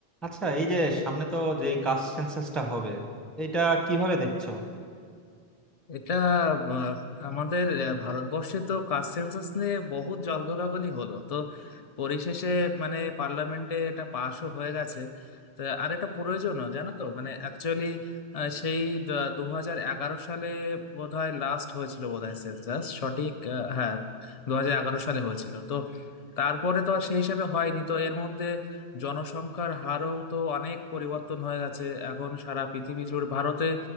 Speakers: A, in the centre; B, on the left (about 50°).
A: আচ্ছা এই যে সামনে তো যে কাস্ট সেন্সাসটা হবে এটা কিভাবে দেখছো
B: এটা আহ, আমাদের আহ, ভারতবর্ষে তো কাস্ট সেন্সাস নিয়ে বহুত জলঘোলাঘলি হলো তো পরিশেষে মানে পার্লামেন্টে এটা পাশও হয়ে গেছে তো আর এটা প্রয়োজনও জানো তো মানে অ্যাকচুয়ালি সেই দু হাজার এগারো সালে বোধহয় লাস্ট হয়েছিল বোধহয় সেন্সাস সঠিক আহ, হ্যাঁ দু হাজার এগারো সালে হয়েছিল তো তারপরে তো আর সেই হিসাবে হয়নি তো এর মধ্যে জনসংখ্যার হারও তো অনেক পরিবর্তন হয়ে গেছে এখন সারা পৃথিবী জুড়ে ভারতে